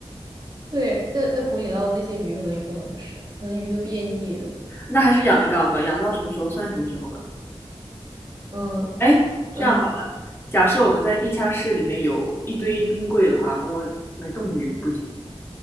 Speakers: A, on the right (about 40°); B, on the left (about 20°).
A: 对，那那湖里捞的那些鱼可能也不能吃，可能鱼都变异了。
B: 那还是养一缸吧，养到什么时候算什么时候吧。
A: 嗯
B: 哎，这样好了，
A: 嗯
B: 假设我们在地下室里面有一堆冰柜的话，我买冻鱼不行，